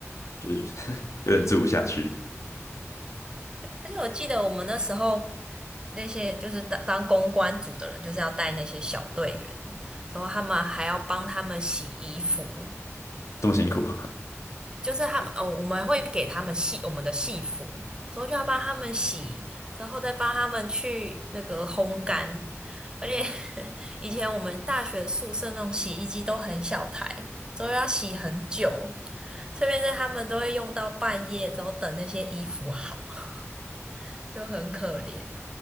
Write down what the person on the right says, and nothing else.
而且我记得我们那时候那些就是当当公关组的人，就是要带那些小队员，然后他们还要帮他们洗衣服，
就是他们哦，我们会给他们戏我们的戏服，然后就要帮他们洗，然后再帮他们去那个烘干。而且 <laughs> 以前我们大学宿舍那种洗衣机都很小台，都要洗很久，这边是他们都会用到半夜，然后等那些衣服好，<laughs> 就很可怜。